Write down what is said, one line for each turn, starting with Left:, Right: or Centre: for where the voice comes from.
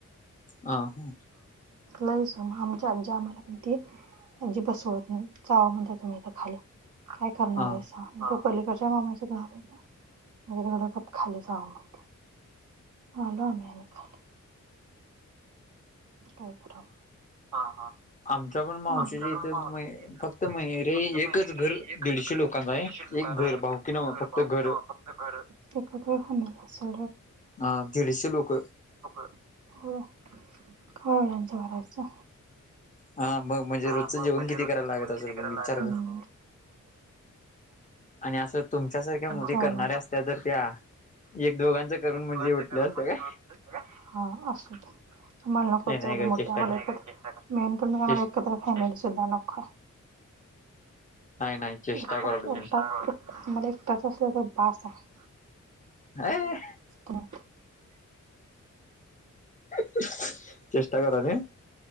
Left: ह हा
Right: लई स आमची आजी आम्हाला म्हणती आजी बसवत नाही जावा म्हणज तुम्ही इथ खाली काय करणार
Left: हा
Right: हायसा पलीकड मामा <unintelligible> गप खाली जावा म्हणती. आलो आम्ही अने खाली. हो हा हा
Left: आमच्या पण मावशीच्या
Right: आमच्याकडून
Left: इथं
Right: मावशथ
Left: म फक्त रे
Right: फक्त
Left: एकच
Right: माहेरी
Left: घर
Right: एकच
Left: दीडशे
Right: घर
Left: लोकांच आहे एक
Right: पा
Left: घर भाऊकी नव्ह फक्त
Right: फ
Left: घर
Right: एक क
Left: हा दीडशे लोक
Right: <unintelligible> <unintelligible> का एवढ्यांचं करायचं.
Left: हा मग म्हणजे
Right: हा
Left: रोजचं
Right: मग
Left: जेवण
Right: म्हणजे
Left: किती
Right: रोजचं
Left: करायला
Right: जेवण
Left: लागत असेल
Right: किती करायला
Left: बघ विचार
Right: लागल.
Left: कर. आणि असं तुमच्यासारख्या मुवी
Right: जेवण
Left: करणाऱ्या असत्या जर त्या एक दोघांच करून म्हणजे उठल्या
Right: <unintelligible>
Left: असत्या काय
Right: हा अस आम्हाला नको
Left: नाही नाही
Right: तेवढे
Left: ग
Right: मोठं
Left: चेष्टा
Right: आम्हालात
Left: कर
Right: मेन पण म्हणजे आम्हाला
Left: चेष्टा
Right: एकत्र फॅमिली सुद्धा नको.
Left: नाही नाही चेष्टा
Right: आम्हाला
Left: करालोय मी
Right: एकटाच असला तर बस आहे.
Left: अय
Right: <unintelligible>
Left: चचेष्टा करा ली.